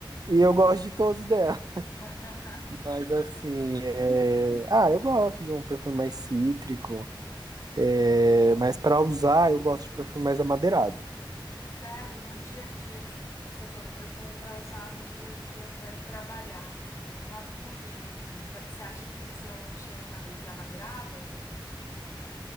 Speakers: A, on the right; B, on the left.
A: e eu gosto de todos dela.
B: <laughs>
A: <laughs> Mas assim, é... ah, eu gosto de um perfume mais cítrico, é... mas pra usar eu gosto de perfume mais amadeirado.
B: Sério, no dia a dia, assim, vamos supor, um perfume pra usar no dia a dia pra ir trabalhar. Masculino, assim, pra, você acha que tem que ser um cheiro mais amadeirado?